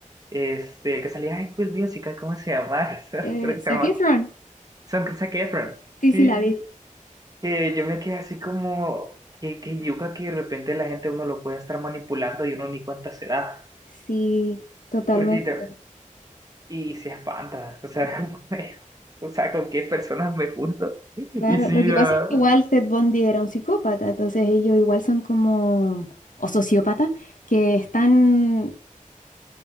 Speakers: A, on the right; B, on the left.
A: Este, que salía High School Musical, ¿cómo se llama? <laughs> Esa,
B: Eh,
A: Creo que
B: Zac
A: se llama
B: Efron.
A: Son con Zac Efron.
B: Sí,
A: Sí,
B: sí, la vi.
A: que yo me quedé así como... Que, que yuca que de repente la gente uno lo puede estar manipulando y uno ni cuenta se da.
B: Sí, totalmente.
A: Porque te- Y se espanta, o sea, <laughs> como de, o sea, con qué personas me junto. Y
B: Claro,
A: sí,
B: lo que pasa
A: ah,
B: es que igual Ted Bundy era un psicópata, entonces ellos igual son como, o sociópatas, que están